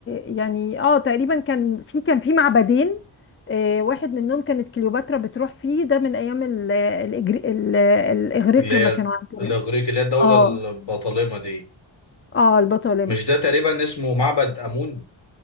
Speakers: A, on the left; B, on the left.
A: آه، يعني اه تقريبا كان في كان في معبدين آه، واحد منهم كانت كليوباترا بتروح فيه ده من ايام ال- الإجري- ال- الاغريق
B: اللي هي
A: لما كانوا عندنا
B: الاغريق اللي هي الدوله
A: اه
B: البطالمه دي
A: اه البطالمة
B: مش ده تقريبا اسمه معبد امون